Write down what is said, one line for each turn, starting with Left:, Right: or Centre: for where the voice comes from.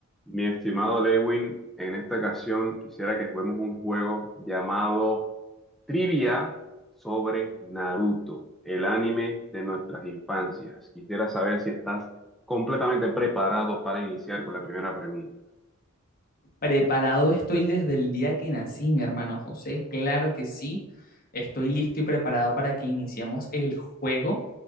Centre: Mi estimado Lewin, en esta ocasión quisiera que juguemos un juego llamado Trivia sobre Naruto, el anime de nuestras infancias. Quisiera saber si estás completamente preparado para iniciar con la primera pregunta.
Left: Preparado estoy desde el día que nací, mi hermano José. Claro que sí. Estoy listo y preparado para que iniciemos el juego.